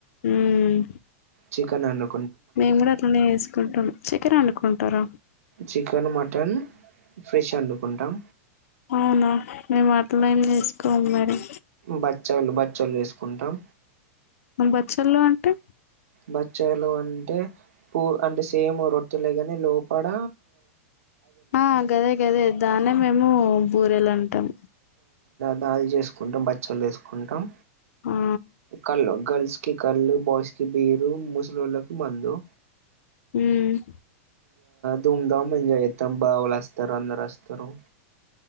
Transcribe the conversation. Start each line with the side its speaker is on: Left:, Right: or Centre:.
Left: ఉమ్
Right: చికనండు
Left: మేము కూడా అట్లానే ఎసుకుంటాం చక్కెర అడుకుంటారా
Right: చికెన్ మటన్ ఫిష్ వండుకుంటాం
Left: అవునా మేము అట్లం వేసుకోమరి
Right: బచ్చాళు బ చ్చలు చేసుకుంటాం
Left: మన బచ్చల్లో అంటే
Right: బచ్చలు అంటే పూ అంటే సేమ్ రొట్ ట్టె లేగని లోపడ
Left: ఆ గదే గదే దాన్నే మేము బూరేలంటాం
Right: దలి చేసుకుంటాం బచ్చలు చే సుకుంటాం
Left: ఆ
Right: కల్లో గర్ల్స్ కి కళ్ళు బాస్కి బీరు ముసలోళ్ళకి మందు
Left: ఉమ్
Right: ధూమధామ్ ఇంజేయ్ చెత్తం బావలస్తర్ అంధరస్తారు